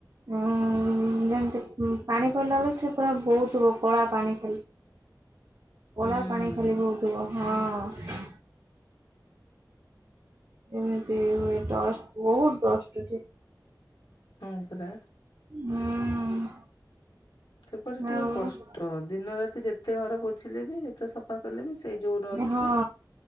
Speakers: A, on the right; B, on the left.
A: ଆ ଯେମିତି ମ୍ ପାଣି ପଇଲା ବେଳେ ସେ ପୁରା ବୋହୁଥିବ କଳା ପାଣି ଖାଲି। କଳା
B: ହୁଁ।
A: ପାଣି ଖାଲି ବୋହୁଥିବ ହଁ। ହଁ। ଏମିତି ହୁଏ ଡଷ୍ଟ ବହୁତ ଡଷ୍ଟ ଅଛି।
B: ହୁଁ। ପ୍ରା
A: ହୁଁ।
B: ସେପଟେ ଟିକେ
A: ଆଉ
B: କଷ୍ଟ ଅ ଦିନ ରାତି ଯେତେ ଘର ପୋଛିଲେ ବି ଯେତେ ସଫା କଲେ ବି ସେଇ ଯଉ ଡଷ୍ଟ
A: ହଁ
B: କୁ